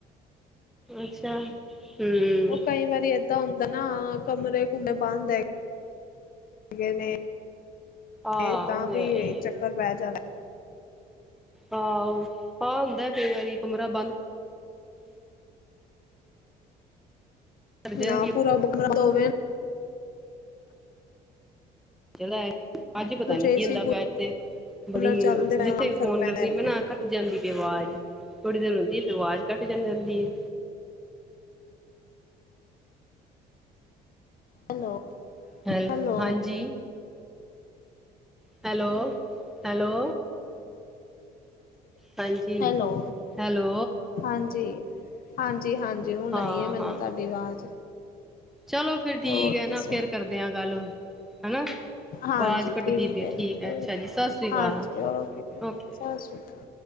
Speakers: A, in the centre; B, on the left (about 55°).
A: ਅੱਛਾ, ਹੂੰ
B: ਉਹ ਕਈ ਵਾਰੀ ਏਦਾਂ ਹੁੰਦਾ ਨਾ, ਕਮਰੇ- ਕਮੁਰੇ ਬੰਦ ਹੈਗੇ ਹੈਗੇ ਨੇ।
A: ਆਹ
B: ਤੇ ਤਾਂ
A: ਉਹ
B: ਵੀ
A: ਹੈ ਈ
B: ਚੱਕਰ ਪੈ ਜਾਣਾ।
A: ਆਹੋ, ਹਾਂ ਹੁੰਦਾ ਕਈ ਵਾਰੀ ਕਮਰਾ ਬੰਦ। ਕਰ ਜਾਂਦੀ
B: ਹਾਂ ਪੂਰਾ ਬੁ ਕਮਰਾ ਦੋਵੇਂ
A: ਚ ਅੱਜ ਪਤਾ
B: ਕੁਛ
A: ਨੀ
B: ਏਸੀ
A: ਕੀ ਹੁੰਦਾ ਪਿਆ, ਅੱਜ ਤੇ
B: ਕੂਲਰ
A: ਬੜੀ
B: ਚੱਲਦੇ ਪਏ
A: ਜਿੱਥੇ ਵੀ
B: ਫ਼ਰਕ
A: ਫੋਨ
B: ਪੈਂਦਾ
A: ਕਰਦੀ
B: ਹੈਗਾ।
A: ਮੈਂ ਨਾ ਕੱ ਕੱਟ ਜਾਂਦੀ ਏ ਆਵਾਜ਼, ਥੋੜੀ ਦੇਰ ਆਂਦੀ ਤੇ ਆਵਾਜ਼ ਕੱਟ ਜਾਂਦੀ ਏ।
B: ਹੈਲੋ,
A: ਹੈ
B: ਹੈਲੋ।
A: ਹਾਂਜੀ ਹੈਲੋ- ਹੈਲੋ, ਹਾਂਜੀ,
B: ਹੈਲੋ
A: ਹੈਲੋ
B: ਹਾਂਜੀ -ਹਾਂਜੀ- ਹਾਂਜੀ ਹੁਣ
A: ਹਾਂ
B: ਆਈ ਐ, ਮੈਨੂੰ
A: ਹਾਂ
B: ਤੁਹਾਡੀ ਆਵਾਜ਼।
A: ਚਲੋ ਫੇਰ ਠੀਕ
B: ਹੋਰ
A: ਹੈ ਨਾ,
B: ਦੱਸੋ?
A: ਫੇਰ ਕਰਦੇ ਆ ਗੱਲ ਹਨਾ।
B: ਹਾਂਜੀ
A: ਵਾਜ਼ ਕੱਟਦੀ ਵੀ ਐ
B: ਹੈ
A: ਠੀਕ
B: ਜੀ,
A: ਐ,
B: ਓਕੇ
A: ਅੱਛਾ ਜੀ ਸਸ ਰੀ
B: ਹਾਂਜੀ
A: ਕਾਲ
B: ਓਕੇ
A: ਓਕੇ।
B: ਸਤਿ ਸ਼੍ਰੀ ਅਕਾਲ।